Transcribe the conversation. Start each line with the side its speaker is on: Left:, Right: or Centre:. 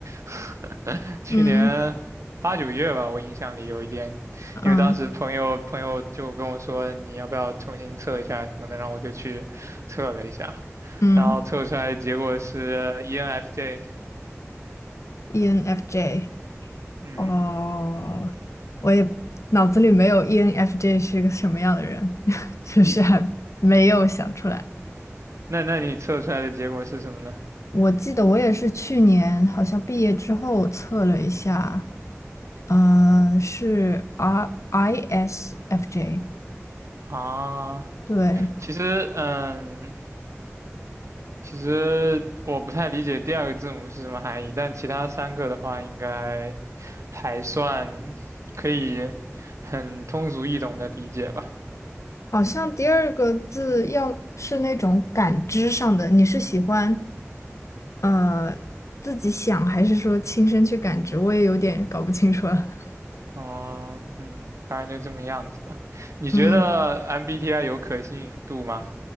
Right: <laughs> 去年八九月吧，
Left: 嗯
Right: 我印象里有一点，
Left: 嗯
Right: 因为当时朋友朋友就跟我说你要不要重新测一下什么的，然后我就去测了一下，
Left: 嗯
Right: 然后测出来的结果是 ENFJ，
Left: ，ENFJ。
Right: 嗯。
Left: 哦，我也脑子里没有 ENFJ 是个什么样的人，<laughs> 就是还没有想出来。
Right: 那那你测出来的结果是什么呢？
Left: 我记得我也是去年好像毕业之后测了一下，嗯、是 R ISFJ，
Right: 啊，
Left: 对，
Right: 其实嗯，其实我不太理解第二个字母是什么含义，但其他三个的话应该还算可以很通俗易懂的理解吧。
Left: 好像第二个字要是那种感知上的，你是喜欢呃自己想还是说亲身去感知？我也有点搞不清楚了。<laughs>
Right: 哦，嗯，反正就这么样子吧。你觉得
Left: 嗯
Right: MBTI 有可信度吗？